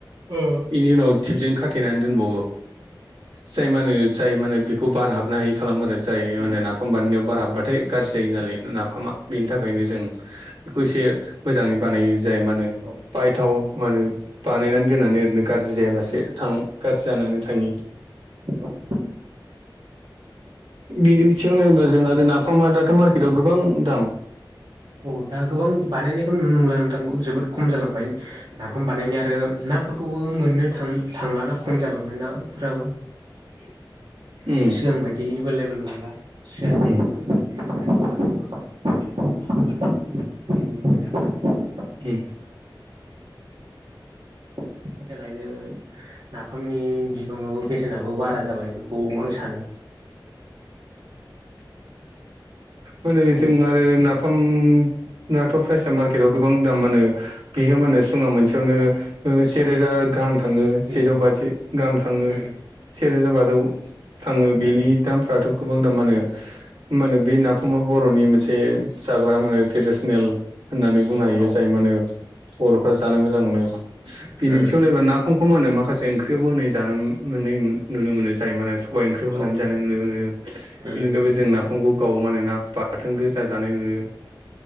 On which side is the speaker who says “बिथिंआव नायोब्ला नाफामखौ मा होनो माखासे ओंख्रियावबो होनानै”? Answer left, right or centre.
Right